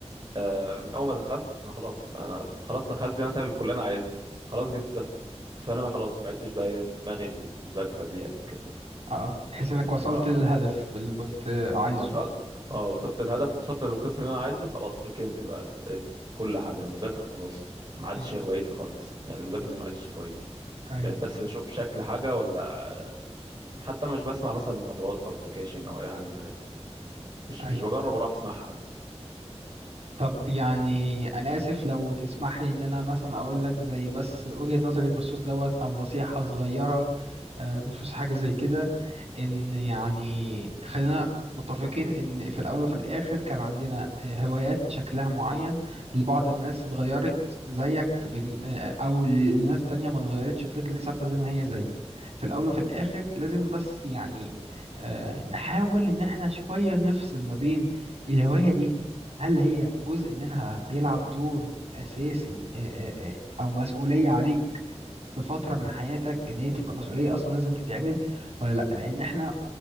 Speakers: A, on the right; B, on the right.
A: آه، من اول ما دخلت فما خلاص انا خلاص دخلت مثلا الكليه اللي انا عايزها خلاص جبتها فانا ما خلاص ما عدتش بقى إيه في دماغي المذاكره دي قد كده
B: اه اه تحس انك وصلت
A: اه
B: للهدف اللي كنت عايزه
A: وصلت اه وصلت للهدف وصلت للقسم اللي انا عايزه خلاص ركنت بقى ال- إيه، كل حاجه المذاكره خلاص ما عادش
B: امم
A: هوايتي خالص يعني المذاكره دي ما عادش هوايتي
B: ايوه
A: بقيت بس بشوف شكل حاجه ولا حتى مش بسمع مثلا محاضرات او سكاشن او اي حاجه من الحاجات دي مش
B: ايوه
A: مش بجرب اروح اسمعها حتى
B: طب يعني انا اسف لو تسمح لي ان انا مثلا اقول لك زي بس وجهة نظري بخصوص دوت او نصيحة صغيرة آه، بخصوص حاجة زي كده إن يعني خلينا متفقين إن في الأول وفي الآخر كان عندنا آه، هوايات شكلها معين لبعض الناس اتغيرت زيك من آه، أو لناس تانية ما اتغيرتش فضلت ثابتة زي ما هي زي في الأول وفي
A: مم.
B: الآخر لازم بس يعني آه، نحاول إن احنا شوية نفصل ما بين الهواية دي هل هي جزء منها بيلعب دور أساسي آه، آه، آه، أو مسؤولية عليك بفتره من حياتك ان هي تبقى مسؤوليه اصلا لازم تتعمل ولا لا لان احنا